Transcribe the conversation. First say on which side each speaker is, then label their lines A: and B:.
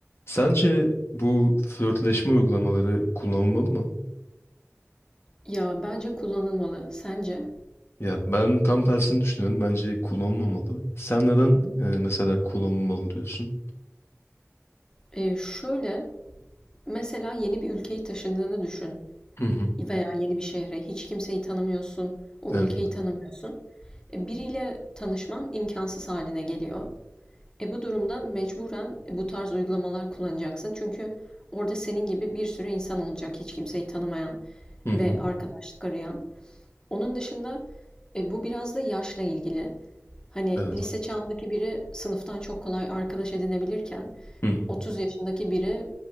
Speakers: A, on the left (about 55°); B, on the left (about 15°).
A: Sence bu flörtleşme uygulamaları kullanılmalı mı?
B: Ya bence kullanılmalı. Sence?
A: Ya ben tam tersini düşünüyorum. Bence kullanılmamalı. Sen neden e, mesela kullanılmalı diyorsun?
B: Ee, şöyle, mesela yeni bir ülkeye taşındığını düşün
A: Hı hı.
B: veya yeni bir şehre. Hiç kimseyi tanımıyorsun, o
A: Evet.
B: ülkeyi tanımıyorsun. E, biriyle tanışman imkansız haline geliyor. E, bu durumda mecburen bu tarz uygulamalar kullanacaksın. Çünkü orada senin gibi bir sürü insan olacak hiç kimseyi tanımayan
A: Hı
B: ve
A: hı.
B: arkadaşlık arayan. Onun dışında e, bu biraz da yaşla ilgili. Hani
A: Evet.
B: lise çağındaki biri sınıftan çok kolay arkadaş edinebilirken
A: Hı hı.
B: 30 yaşındaki biri